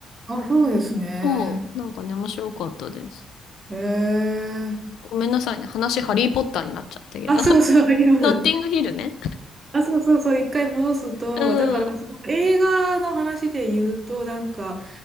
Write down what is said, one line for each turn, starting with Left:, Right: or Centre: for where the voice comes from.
Right: あ、そうですね。
Left: そう、なんかね、面白かったです。
Right: へえ。
Left: ごめんなさいね。話、ハリーポッターになっちゃったけど。
Right: あ、そうそう、
Left: <laughs>
Right: あります。
Left: ノッティングヒルね。
Right: あ、そうそうそう、一回戻すと、
Left: うん、
Right: だから、その映画の話で言うと、なんか、